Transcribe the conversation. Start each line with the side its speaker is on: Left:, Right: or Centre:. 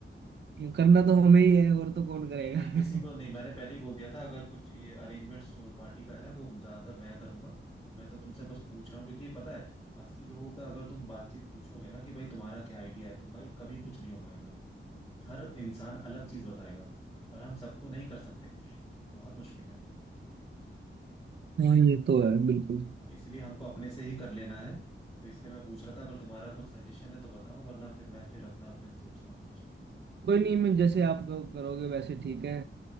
Right: करना तो हमें ही है और तो कौन करेगा
Left: नहीं नहीं किसी
Right: <laughs>
Left: को नहीं मैंने पहले ही बोल दिया था अगर कुछ ये अरेंजमेंट्स जो पार्टी का है वो ज्यादातर मैं करूंगा मैं तो तुमसे बस पूछ रहा हूँ क्योंकि पता है अस्सी लोगों का अगर तुम बातचीत पूछोगे ना कि भाई तुम्हारा क्या आइडिया है तो भाई कभी कुछ नहीं हो पाएगा हर इंसान अलग चीज बताएगा और हम सबको नहीं कर सकते खुश बहुत मुश्किल है
Right: हाँ ये तो है बिल्कुल
Left: हाँ, इसलिए हमको अपने से ही कर लेना है तो इसलिए मैं पूछ रहा था अगर तुम्हारा कुछ सजेशन है तो बताओ वरना फिर मैं फिर अपना फिर सोचता हूँ कुछ
Right: कोई नहीं मैं जैसे आप क- करोगे वैसे ठीक है